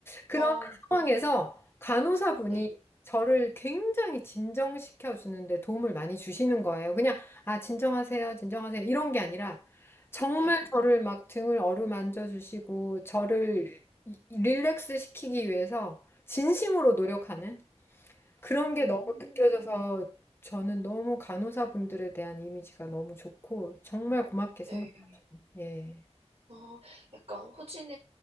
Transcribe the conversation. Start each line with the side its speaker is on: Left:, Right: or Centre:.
Left: 그런
Right: 어,
Left: 상황에서 간호사분이
Right: 네.
Left: 저를 굉장히 진정시켜 주는데 도움을 많이 주시는 거예요. 그냥, 아, 진정하세요, 진정하세요. 이런 게 아니라 정말
Right: 네.
Left: 저를 막 등을 어루만져 주시고 저를 이- 릴렉스 시키기 위해서 진심으로 노력하는 그런 게
Right: 음,
Left: 너무 느껴져서 저는 너무 간호사분들에 대한 이미지가 너무 좋고 정말 고맙게 생각.
Right: 네.
Left: 예.
Right: 어, 약간 호주는